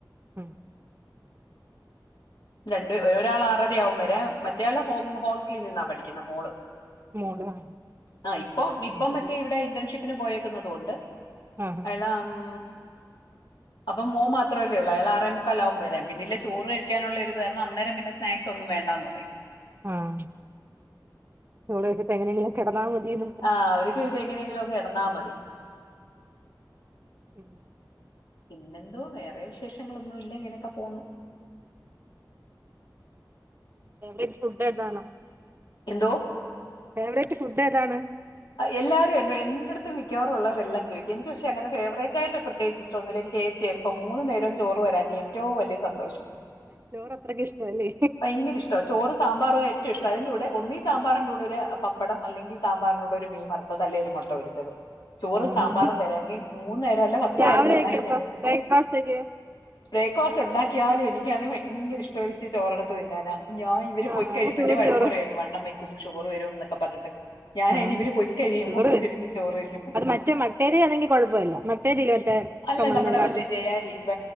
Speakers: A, on the right; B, on the left.
A: ഉം.
B: രണ്ട്, ഒരാള് ആറരയാകും വരാൻ. മറ്റെ ആള് ഹോസ്റ്റലിൽ നിന്നാ പഠിക്കുന്ന മോള്.
A: മോള് ആ
B: ആ ഇപ്പൊ ഇപ്പം
A: ആ അപ്പൊ
B: മറ്റെ
A: പിന്നെ
B: ഇവിടെ ഇന്റേൺഷിപ്പിന് പോയേക്കുന്നുന്നത് കൊണ്ട്.
A: ആ
B: അയാള് ഉം. അപ്പം മോ മാത്രല്ലെ ഉള്ളു. അയാള് ആറേ മുക്കാല് ആകും വരാൻ. പിന്നില്ല ചോറ് കഴിക്കാനുള്ള ഒരു കാരണം അന്നേരം പിന്നെ സ്നാക്സ് ഒന്നും വേണ്ട എന്ന് പറയും.
A: ആഹ് ചോറ് വെയ്ച്ചപ്പോ എങ്ങനെങ്കിലും കെടന്നാൽ മതിന്നും.
B: ആഹ്. അവർക്ക് ഇത് എങ്ങനെങ്കിലും ഒന്ന് ഐടന്നാ മതി.
A: ഉം
B: പിന്നെന്തോ വേറെ വിശേഷങ്ങളൊന്നും ഇല്ല. ഇങ്ങനെയൊക്കെ പോവുന്നു.
A: ഫേവറൈറ്റ് ഫുഡ്ന്താണോ.
B: എന്തോ.
A: ഫേവറേറ്റ് ഫുഡ് ഏതാണ്.
B: എല്ലാരും എന്റെ അടുത്ത് മിക്കോറള്ളവരെല്ലാം ചോദിക്ക എനിക്ക് പക്ഷെ അങ്ങെ ഫേവറേറ്റ്ായിട്ട് പ്രത്യേകിച്ച്ഷ്ടം ഒന്നില്ല എനി എ േ ഇപ്പ മൂന്നു നേരം ചോറ് വരാങ്കിൽ ഏറ്റവും വലിയ സന്തോഷം
A: ചോറ് അത്രക്ക് ഇഷ്ട്വ അല്ലെ.
B: ഭയങ്കര ഇഷ്ട്വ. ചോറ് സാമ്പാറും ഏറ്റവും ഇഷ്ട. അതിൻന്റെ കൂടെ ഒന്നീ സാമ്പാറ് <unintelligible> ന്റെ ക്കൂടെ ഒരു പപ്പടം അല്ലെങ്കി സാമ്പാറിനോട് ഒരു മീൻ വറുത്തത്. അല്ലേൽ ഒരു മുട്ട പൊരിച്ചത്. ചോറും,
A: ആഹ്
B: സാമ്പാറും തരാെങ്കിൽ മൂന്നു നേരം അല്ല പത്ത്നേരം
A: രാവിലെയൊക്കെ
B: തന്നാലും
A: അപ്പൊ
B: ഞാൻ കഴി.
A: ബ്രേക്ക്ഫാസ്റ്റ് ഒക്കെ
B: ബ്രേക്ക്ഫാസ്റ്റ് ഉണ്ടാക്കിയാലും എനിക്കത് ഭയങ്കര ഇഷ്ട ചോറെടുത്ത് തിന്നാനാ. ഞാൻ. ഇവര്
A: ആഹ്
B: പൊയി കഴിമ്പെന്നെ
A: ചൂട്
B: വഴക്ക്
A: ചോറും
B: പറയും എന്നെ. വണ്ണം വക്കും, ഷുഗറ് വരുംന്നൊക്ക പറഞ്ഞിട്ട്. ഞാന്
A: ആഹ്
B: ഇനി ഇവര് പൊയി കഴിയുമ്പ
A: ഷുഗർ
B: പൊരിച്ചു
A: വരും
B: ചോറിന്നും.
A: അത് മറ്റേ മട്ടേരി ആണെങ്കിൽ കുഴപ്പമില്ല മട്ടേരില്ലേ മറ്റേ
B: അല്ല
A: ചുമന്ന
B: നമ്മടെ
A: കളറ്
B: മറ്റെ ജയ അരി. വ